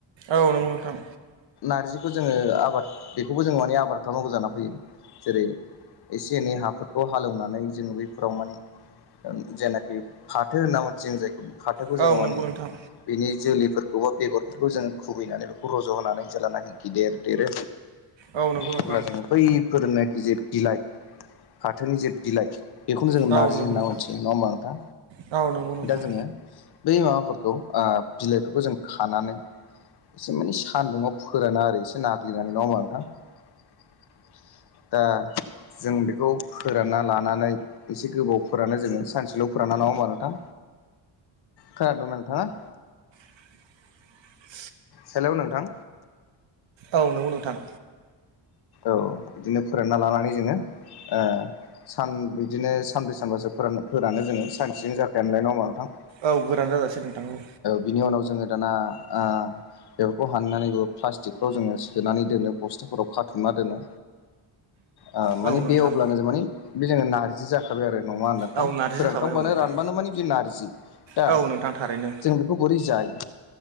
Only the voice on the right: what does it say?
औ नोंगौ नोंथां
औ
नंगौ
नोंथां
औ नंगौ नोंथां
औ
नंगौ
नोंथां
औ नंगौ नोंथां
<inaudible>
औ नंगौ नोंथां।
औ गोरान जाजासे नोंथां औ।
औ
नोंथां
औ नारजि
जाखाबाय औ नोंथां
औ नोंथां थारैनो